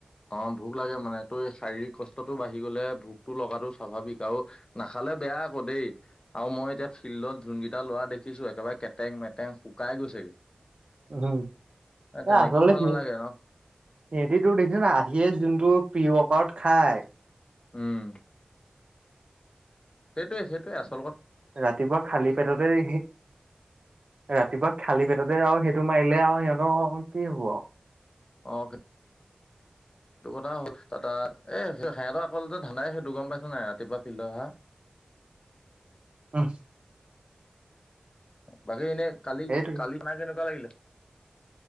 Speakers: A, on the left; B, on the right.
A: অ ভোক লাগে মানে তোৰ এই শাৰীৰিক কষ্টটো বাঢ়ি গ'লে ভোকটো লগাটো স্বাভাৱিক আৰু নাখালে বেয়া আকৌ দেই আৰু মই এতিয়া ফিল্ডত যোনকেইটা ল'ৰা। অ' দেখিছো একেবাৰে কেটেং মেটেং শুকাই গৈছেগে।
B: উম্, এ
A: তেনেকেও
B: আচলতে
A: ভাল নালাগে ন
B: সিহঁতি তোক দেখিচা নে নাই। সিয়ে যোনটো প্ৰিয় অকাৰত খায়।
A: উম্। সেইটোয়ে, সেইটোয়ে আচলতে।
B: ৰাতিপুৱা খালী পেটতে সি। ৰাতিপুৱা খালী পেটতে আৰু সেইটো মাৰিলে আৰু সিহঁতৰ কি হ'ব।
A: অ', সেইটো কথা হ'ল। তাত তাই এই সিহঁতৰ অকল ধান্দাই সেইটো গ'ম পাইছ নাই, ৰাতিপুৱা ফিল্ডত অহা।
B: ওহ।
A: বাকী এনেই কালি,
B: সেইটোৱে।
A: কালি পাই কেনেকুৱা লাগিলে